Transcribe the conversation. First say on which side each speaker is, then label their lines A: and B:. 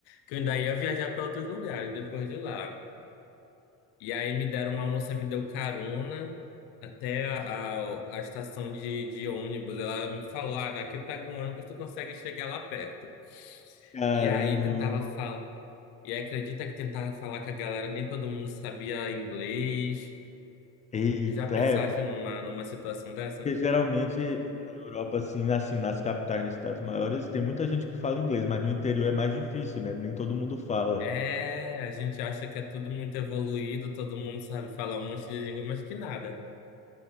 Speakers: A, on the left; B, on the left.
A: que eu ainda ia viajar para outros lugares depois de lá. E aí me deram, uma moça me deu carona até a, a, a estação de, de ônibus. Ela me falou, ah, aqui tá com ônibus, tu consegue chegar lá perto.
B: Caramba.
A: E aí tentava falar. E aí acredita que tentava falar com a galera, nem todo mundo sabia inglês.
B: Eita,
A: Tu já pensaste
B: é,
A: numa, numa situação dessa?
B: porque geralmente na Europa, assim, assim, nas capitais, nas cidades maiores, tem muita gente que fala inglês, mas no interior é mais difícil, né? Nem todo mundo fala.
A: É, a gente acha que é tudo muito evoluído, todo mundo sabe falar um monte de língua, mas que nada.